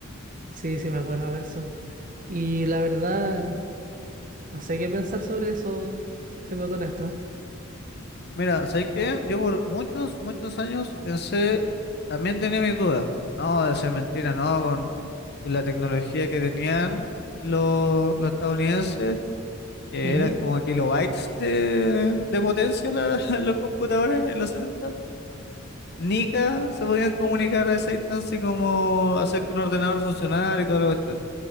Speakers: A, on the right; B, on the left.
A: Sí, sí, me acuerdo de eso. Y la verdad, no sé qué pensar sobre eso, siendo honesto.
B: Mira, ¿sabes qué? Yo por muchos, muchos años pensé, también tenía mis dudas, no, de ser mentira, no, con, con la tecnología que tenían los, los estadounidenses, que
A: Ujú,
B: eran como kilobytes de, de potencia la- <laughs> los computadores en los 70, ni ca- se podían comunicar a esa distancia como hacer que un ordenador funcionara y toda la cuestión.